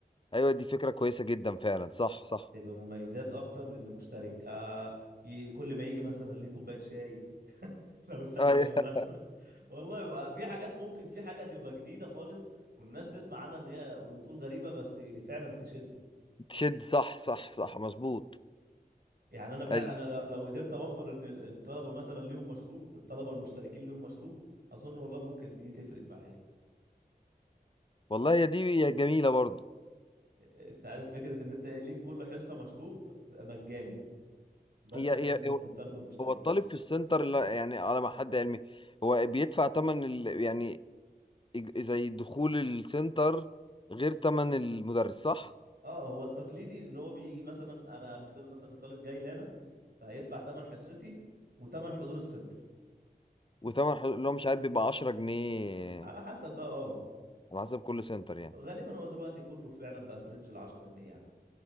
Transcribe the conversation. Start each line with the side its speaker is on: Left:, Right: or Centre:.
Left: ايوه دي فكرة كويسة جدا فعلا صح صح
Right: تبقى مميزات أكتر للي مشترك آه، ي- كل ما يجي مثلا ليه كوباية شاي لو ثانوية
Left: أيوة.
Right: مثلا <laughs> والله ما- في حاجات ممكن في حاجة تبقى جديدة خالص والناس تسمع عنها ان هي وتقول غريبة بس فعلا تشد
Left: <laughs> تشد صح صح صح مظبوط
Right: يعني انا فعلا
Left: ايوه
Right: انا لو لو قدرت اوفر ان ال- الطلبة مثلا ليهم مشروب الطلبة المشتركين ليهم مشروب اظن والله ممكن دي تفرق معايا
Left: والله هي دي هي جميلة برضه
Right: انت عارف فكرة ان انت ليك كل حصة مشروب بقى مجاني بس
Left: هي
Right: عشان انت
Left: هي
Right: من الطلبة المشتركين
Left: هو الطالب في السنتر لا يعني على ما حد علمي هو بيدفع تمن ال... يعني إج- زي دخول السنتر غير تمن المدرس صح
Right: اه هو التقليدي ان هو بيجي مثلا انا هنفترض مثلا إن طالب جاي لنا فهيدفع تمن حصتي وتمن حضور السنتر
Left: وتمن حضور اللي هو مش عارف بيبقى 10 جنيه
Right: على حسب بقى اه
Left: على حسب كل سنتر يعني
Right: غالبا هو دلوقتي كله فعلا بقى في رينج ال 10 جنيه يعني